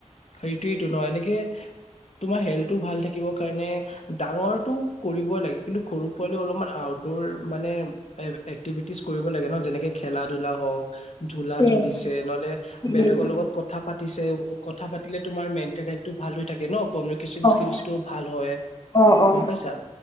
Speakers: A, on the left; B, on the left.
A: সেইটোৱেতো ন'! এনেকে, তোমাৰ হেল্থটো ভাল থাকিবৰ কাৰণে, ডাঙৰটো কৰিবই লাগে কিন্তু ঘৰু পোৱালি অলপমান দৰ মানে এক্টিভিটিজ কৰিব লাগে ন যেনেকে খেলা ধলা হওঁক ঝোলা
B: উম
A: ঝুলিিছে নহলে বেলেগৰ
B: উম
A: লগত কথা পাতিছে কথা পাতিলে তোমাৰ মেণ্টেল হেলটো ভাল হৈ থাকে ন কমিউনিকেশ্যন স্কিলছটো
B: অ
A: ভাল হয়
B: অ', অ',
A: গম পাইছা